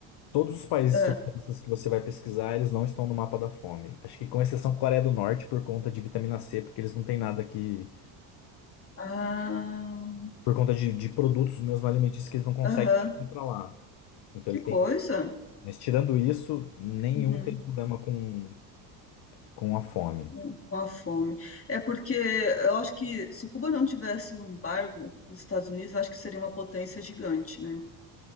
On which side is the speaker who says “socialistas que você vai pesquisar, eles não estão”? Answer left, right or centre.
Left